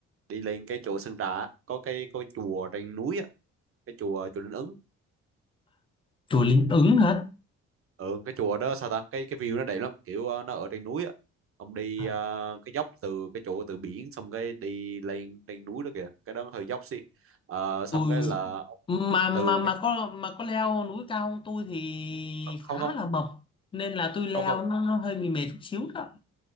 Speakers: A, on the right; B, on the left.
A: đi lên cái chỗ Sơn Trà á. có cái có cái chùa trên núi á cái chùa chùa Linh Ứng
B: chùa Linh Ứng hả
A: ừ cái chùa đó sao ta cái cái view nó đẹp lắm kiểu ờ, nó ở trên núi á ông đi
B: à,
A: ờ, cái dốc từ cái chỗ từ biển xong cái đi lên trên núi đó kìa cái đó hơi dốc xí Ờ, xong
B: tôi
A: cái là
B: mà mà
A: từ
B: mà
A: cái
B: có mà có leo núi cao không tôi thì
A: không
B: khá
A: không
B: là mập nên là tôi leo
A: không không
B: nó, nó hơi bị mệt chút xíu đó